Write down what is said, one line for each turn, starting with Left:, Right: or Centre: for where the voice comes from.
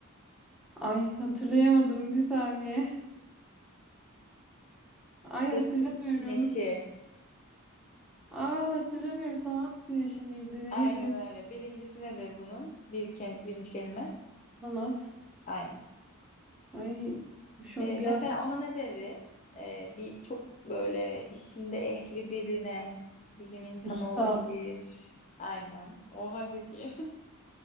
Centre: Ay hatırlayamadım bir saniye. Ay
Left: Dıt
Centre: hatırlamıyorum.
Left: dıt güneşi.
Centre: Aa hatırlamıyorum. Sanat güneşi miydi? Neydi?
Left: Aynen öyle. Birincisi nedir bunun? Bir ke- birinci kelime.
Centre: Sanat.
Left: Aynen.
Centre: Ay şu
Left: Ee,
Centre: an
Left: mesela
Centre: bir an
Left: ona ne deriz? Ee, bir çok böyle işinde ehli birine bilim insanı
Centre: usta.
Left: olabilir. Aynen. Oha çok iyi.